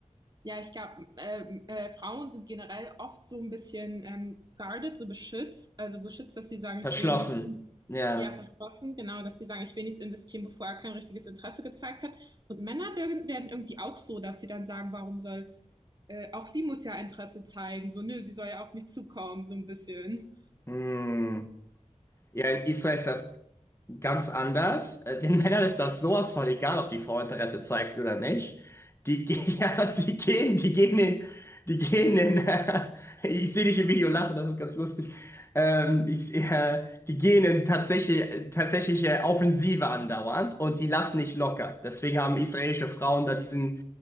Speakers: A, on the right (about 35°); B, on the left (about 20°).
A: Ja, ich glaube, ähm, äh, Frauen sind generell oft so ein bisschen ähm, guarded, so beschützt, also beschützt, dass sie sagen, ich
B: verschlossen?
A: will nicht, in,
B: Ja.
A: ja, verschlossen, genau, dass sie sagen, ich will nichts investieren, bevor er kein richtiges Interesse gezeigt hat. Und Männer werden, werden irgendwie auch so, dass sie dann sagen, warum soll, äh, auch sie muss ja Interesse zeigen, so, nö, sie soll ja auf mich zukommen, so ein bisschen.
B: Hm. Ja, in Israel ist das ganz anders. Äh, Den Männern ist das sowas von egal, ob die Frau Interesse zeigt oder nicht. Die, ge- <laughs> ja, sie gehen, die gehen in, die gehen in, <laughs> äh, ich sehe dich im Video lachen, das ist ganz lustig. Ähm, ich, <laughs> äh, die gehen in tatsächliche, tatsächliche Offensive andauernd und die lassen nicht locker. Deswegen haben israelische Frauen da diesen